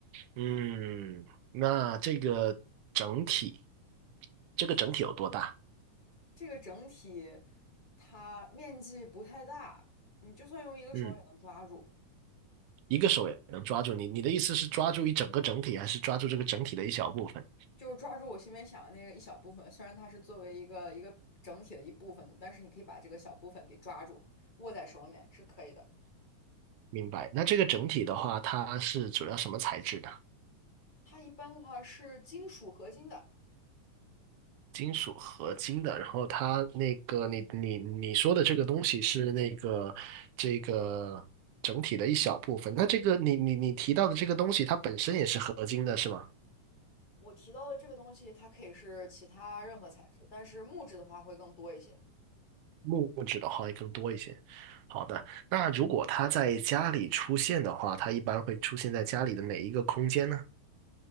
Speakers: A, on the right (about 75°); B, on the left (about 25°).
A: 嗯，那这个整体，这个整体有多大？
B: 这个整体它面积不太大，你就算用一个手也能抓住，
A: 嗯，一个手也能抓住你。你的意思是抓住一整个整体，还是抓住这个整体的一小部分？
B: 就是抓住我心里面想的那个一小部分。虽然它是作为一个一个整体的一部分的，但是你可以把这个小部分给抓住，握在手里面是可以的。
A: 明白。那这个整体的话，它是主要什么材质的？
B: 它一般的话是金属合金的。
A: 金属合金的。然后它那个，你你你说的这个东西是那个这个整体的一小部分。那这个你你你提到的这个东西，它本身也是合金的，是吗？
B: 我提到的这个东西，它可以是其他任何材质，但是木质的话会更多一些。
A: 木质的话会更多一些。好的，那如果它在家里出现的话，它一般会出现在家里的哪一个空间呢？